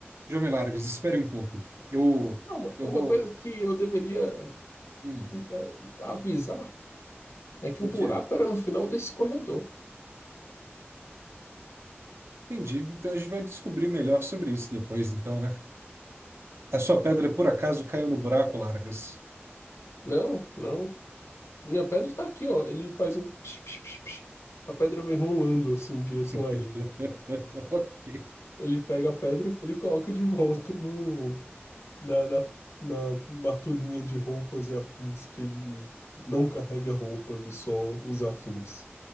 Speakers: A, on the right; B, on the left.
A: jovem Largas, espere um pouco. Eu,
B: Não, uma
A: eu
B: é uma
A: vou.
B: coisa que eu deveria
A: Hum,
B: é, avisar é que
A: o
B: o buraco
A: quê?
B: era no final desse corredor.
A: Entendi. Então a gente vai descobrir melhor sobre isso depois, então, né? A sua pedra por acaso caiu no buraco, Largas?
B: Não, não. Minha pedra está aqui, ó. Ele faz um psh, psh, psh, psh. A pedra vem rolando assim em direção
A: <laughs>
B: a ele.
A: Ok,
B: Ele pega a pedra, ele coloca de volta no, na, na, na matulhinha de roupas e afins que ele não carrega roupas e só os afins.